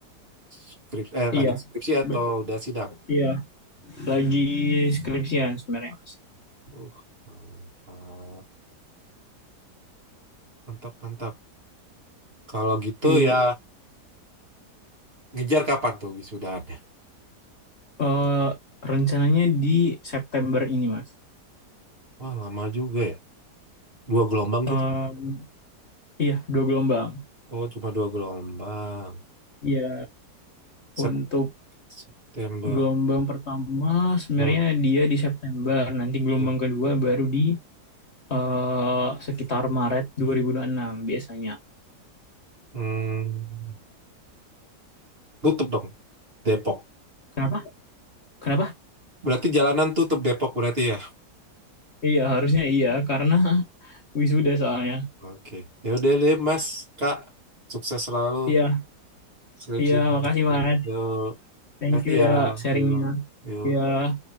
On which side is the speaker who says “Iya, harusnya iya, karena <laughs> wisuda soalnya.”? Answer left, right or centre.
Left